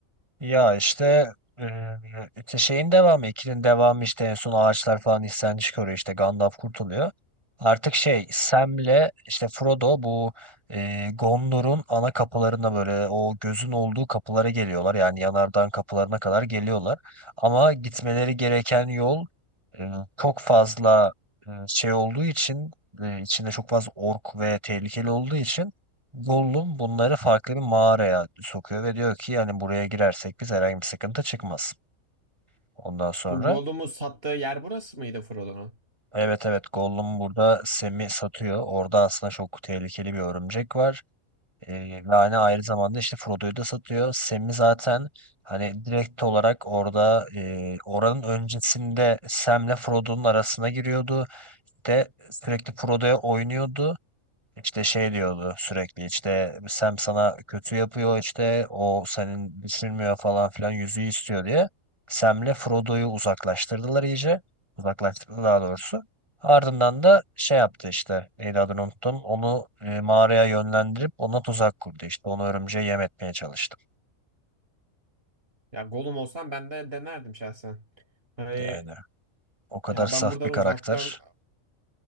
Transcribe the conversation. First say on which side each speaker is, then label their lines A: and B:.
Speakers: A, on the right (about 20°); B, on the right (about 45°).
A: Ya işte e, işte şeyin devamı, ikinin devamı işte en son ağaçlar falan isyan çıkarıyor işte Gandalf kurtuluyor. Artık şey Sam'le işte Frodo bu e, Gondor'un ana kapılarına böyle o gözün olduğu kapılara geliyorlar. Yani yanardağın kapılarına kadar geliyorlar. Ama gitmeleri gereken yol e, çok fazla e, şey olduğu için e, içinde çok fazla ork ve tehlikeli olduğu için Gollum bunları farklı bir mağaraya sokuyor ve diyor ki yani buraya girersek biz herhangi bir sıkıntı çıkmaz. Ondan sonra
B: Bu Gollum'u sattığı yer burası mıydı Frodo'nun?
A: evet evet Gollum burada Sam'i satıyor. Orada aslında çok tehlikeli bir örümcek var. Ee, ve hani aynı zamanda işte Frodo'yu da satıyor. Sam'i zaten hani direkt olarak orada e, oranın öncesinde Sam'le Frodo'nun arasına giriyordu. De sürekli Frodo'ya oynuyordu. İşte şey diyordu sürekli işte Sam sana kötü yapıyor işte o senin düşünmüyor falan filan yüzüğü istiyor diye. Sam'le Frodo'yu uzaklaştırdılar iyice. Uzaklaştırdı daha doğrusu. Ardından da şey yaptı işte neydi adını unuttum. Onu e, mağaraya yönlendirip ona tuzak kurdu işte. Onu örümceğe yem etmeye çalıştı.
B: Ya Gollum olsam ben de denerdim şahsen. Hani
A: Yani o kadar
B: ya
A: saf
B: ben buradan
A: bir karakter.
B: uzaktan